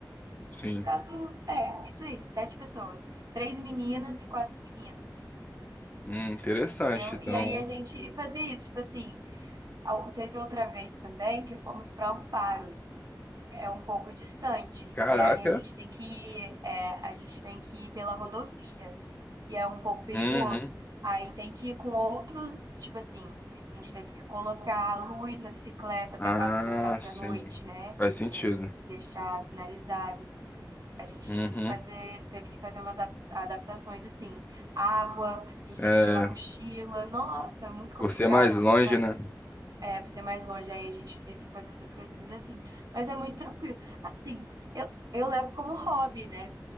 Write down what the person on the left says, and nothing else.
sim.
Hum, interessante.
Então,
caraca.
Uhum.
Ah,
sim.
Faz sentido.
Uhum.
É,
você é mais longe,
né?